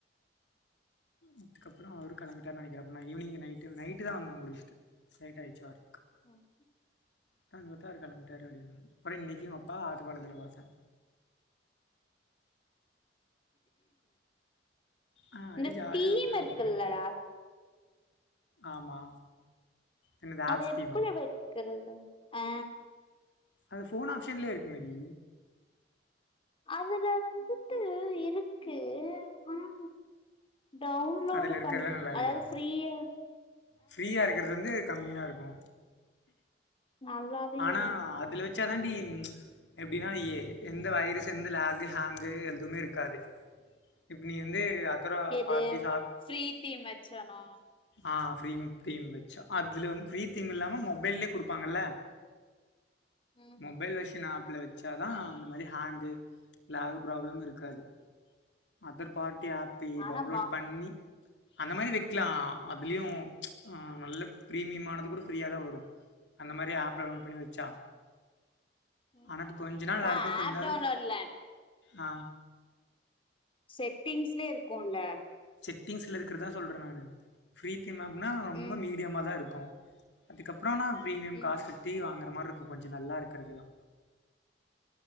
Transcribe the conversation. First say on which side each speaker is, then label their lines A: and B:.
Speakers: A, on the left (about 80°); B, on the left (about 30°).
A: அதுக்கப்றோ அவரு கெளம்பிட்டார்ரு நெனைக்கிற நா ஈவினிங் நைட்டு நைட்டு தா வந்த முடிச்சுட்டு லேட் ஆய்டுச்சு வரக்கு
B: ம்
A: க்கானு பாத்தா அவ்ரு கெளம்பிட்டாரு அப்றோ இன்னைக்கு எங் அப்பா ஆத்து பாலத்துல பாத்த ஆ அப்படியே
B: இந்த
A: ஜாலியா
B: தீம்
A: உட்காந்துட்டு
B: இருக்குல்லடா
A: இருந்தாரு. ஆமா என்னது ஆப்ஸ்
B: அது எப்டி
A: தீமா?
B: வெக்குறது ஆ
A: அது ஃபோன் ஆப்ஷன்லே இருக்குமேடி
B: அதுல வந்துட்டு இருக்கு ஆனா டவுன்லோடு
A: அதுல இருக்கிறதுலாம்
B: பண்
A: நல்லா இல்லையா?
B: அதாவ்து ஃப்ரீய
A: ஃப்ரீயா இருக்கறது வந்து கம்மியா இருக்கு
B: நல்லாவே
A: ஆனா
B: இல்ல
A: அதுல வச்சாதான்டி எப்டினா எ எந்த வைரஸ் எந்த லாகு ஹேங்கு எதுமே இருக்காது இப்ப நீ வந்து அதர் ஆப்
B: எது
A: பார்ட்டி சா
B: ஃப்ரீ தீம் வச்சானா
A: ஆ ஃப்ரீம் தீம் வச்சா அதுல வந்து ஃப்ரீ தீம் இல்லாம மொபைல்லே குடுப்பாங்கல்ல
B: ம்
A: மொபைல் வெர்ஷன் ஆப்ல வச்சா தா அந்த மாரி ஹேங்கு லேகு ப்ராப்ளமு இருக்காது அதர் பார்ட்டி ஆப்பி
B: ஆனாமா
A: டவுன்லோட் பண்ணி அந்த மாரி வெக்லா அதுலயு ஆ நல்ல பிரீமியம்மானது கூட ஃப்ரீயாதா வரு அந்த மாரி ஆப் டவ் பண்ணி வச்சா
B: ம் ம்
A: ஆனா அது கொஞ்ச நாள் நல்லா
B: நா
A: இருக்கு கொஞ்ச
B: ஆப்
A: நாள்
B: டவுன்லோட் இல்ல
A: ஆ
B: செட்டிங்ஸ்லே இருக்குல்ல
A: செட்டிங்ஸ்ல இருக்கிறதா சொல்ற நானு ஃப்ரீ தீம் ஆப்னா ரொம்ப
B: ம்
A: மீடியமாதா இருக்கு அதுக்கப்றோனா பிரீமியம்
B: ம்
A: காஸ் கட்டி வாங்குற மார்ருக்கு கொஞ்சோ நல்லா இருக்குறதெல்லா